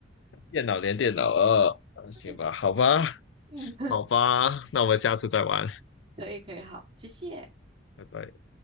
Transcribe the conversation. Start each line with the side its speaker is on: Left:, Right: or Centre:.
Left: 电脑连电脑二，呃行吧，
Right: <laughs>
Left: 好吧，
Right: 嗯，
Left: 好吧，那我们下次再玩，
Right: 可以可以，好，谢谢。
Left: 拜拜。